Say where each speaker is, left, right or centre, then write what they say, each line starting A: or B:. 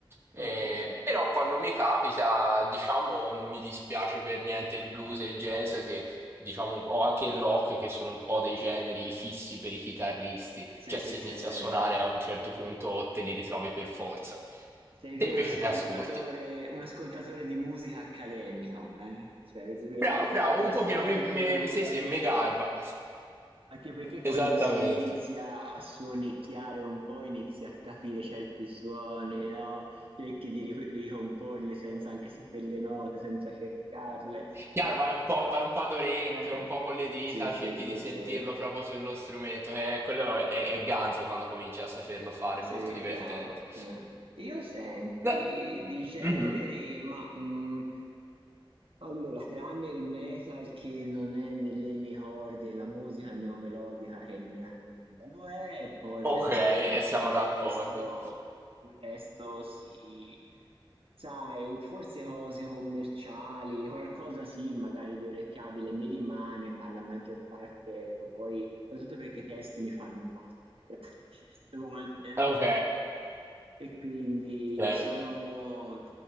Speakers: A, on the right (about 75°); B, on the right (about 25°).
A: ok,
B: Eh, però
A: ok.
B: quando mi capita, diciamo, non mi dispiace per niente il blues e il jazz, che diciamo, o anche il rock, che sono un po' dei generi fissi per i chitarristi,
A: Sì,
B: cioè
A: sì,
B: se inizi
A: sì, sì.
B: a suonare a un certo punto te li ritrovi per forza.
A: Sei più
B: Te invece
A: un ascoltatore,
B: che ascolti?
A: un ascoltatore di musica accademico, eh? Cioè, di quelli
B: Bravo, bravo,
A: che li
B: un
A: ascoltano
B: pochino mi, mi,
A: per
B: sì,
A: capire.
B: sì, mi garba.
A: Anche perché quando
B: Esattamente.
A: si inizia a suonicchiare un po', inizi a capire certi suoni, no? Cerchi di ri- ricomporli senza anche sapere le note, senza cercarle.
B: Chiaro, vai un po', vai un po' ad orecchio,
A: Eh,
B: un po' con le dita,
A: sì, sì,
B: cerchi
A: sì,
B: di sentirlo
A: sì.
B: proprio sullo strumento, eh, quello è, è ganzo quando cominci a saperlo fare, è
A: Sì,
B: molto divertente.
A: bravo. Eh, Io senti
B: No.
A: di generi,
B: Mhm.
A: ma mh, allora, tranne il metal che non è nelle mie corde, la musica neomelodica che neanche quella lo è, e poi
B: Ok,
A: penso
B: e
A: tutto
B: siamo
A: il resto,
B: d'accordo.
A: il resto sì, sai, forse cose commerciali, qualcosa sì, magari di orecchiabile mi rimane, ma la maggior parte, ecco, poi soprattutto perché i testi mi fanno un po' alzare le braccia <laughs> certe volte, no?
B: Ok,
A: E quindi
B: certo.
A: sono,